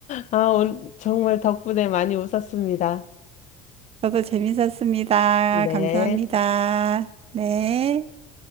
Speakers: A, on the left; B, on the right.
A: 아, 오늘 정말 덕분에 많이 웃었습니다.
B: 저도 재밌었습니다.
A: 네.
B: 감사합니다. 네.